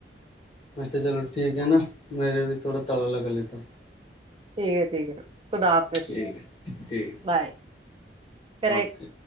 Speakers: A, on the left (about 35°); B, on the right (about 30°).
A: اچھا چلو ٹھیک ہے نا میرے بھی تھوڑا تالا لگا لےتا
B: ٹھیک ہے ٹھیک ہے خدا حافظ
A: ٹھیک ہے ٹھیک ہے
B: بائے کر
A: اوکے